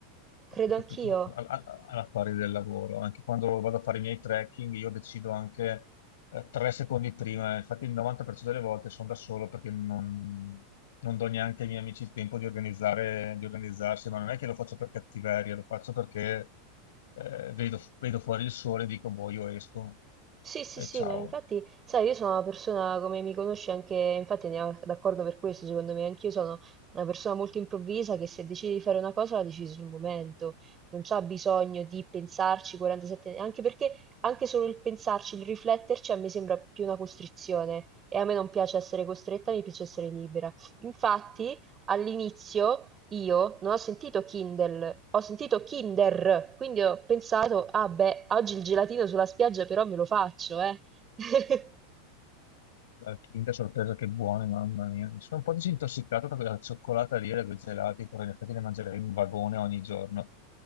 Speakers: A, on the right (about 30°); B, on the left (about 75°).
A: credo
B: Hai capito?
A: anch'io.
B: Al- al- Alla pari del lavoro, anche quando vado a fare i miei trekking, io decido anche eh, tre secondi prima. Infatti, il 90% delle volte sono da solo perché non, non do neanche ai miei amici il tempo di organizzare, di organizzarsi. Ma non è che lo faccio per cattiveria, lo faccio perché eh, vedo, vedo fuori il sole e dico, boh, io esco
A: Sì, sì,
B: e
A: sì,
B: ciao.
A: ma infatti, sai, io sono una persona, come mi conosci anche, infatti andiamo d'accordo per questo, secondo me, anch'io sono una persona molto improvvisa che se decide di fare una cosa la decide sul momento, non c'ha bisogno di pensarci 47, anche perché anche solo il pensarci, il rifletterci a me sembra più una costrizione e a me non piace essere costretta, mi piace essere libera. Infatti, all'inizio io non ho sentito Kindle, ho sentito Kinder, quindi ho pensato, ah beh, oggi il gelatino sulla spiaggia però me lo faccio, eh. <laughs>
B: La Kinder sorpresa che buone, mamma mia. Mi sono un po' disintossicato da quella cioccolata lì, da quei gelati, però in effetti ne mangerei un vagone ogni giorno.